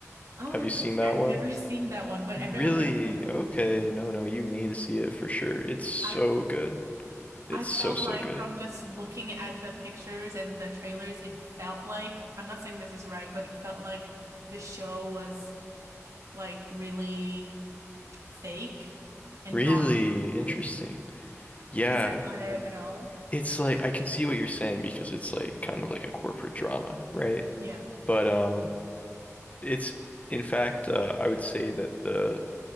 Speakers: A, on the right (about 85°); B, on the left (about 25°).
A: Oh,
B: Have
A: interesting.
B: you seen that
A: I've
B: one?
A: never <laughs> seen that one, but everyone
B: Really?
A: recommends
B: Okay.
A: it.
B: No, no, you need to see it for sure. It's so
A: I
B: good. It's
A: I felt
B: so, so
A: like
B: good.
A: from just looking at the pictures and the trailers, it felt like, I'm not saying this is right, but it felt like the show was like really fake and
B: Really
A: not
B: interesting.
A: authentic.
B: Yeah.
A: Is that not it at all?
B: it's like I can see what you're saying because it's like kind of like a corporate drama, right?
A: Yeah.
B: But um it's in fact uh, I would say that the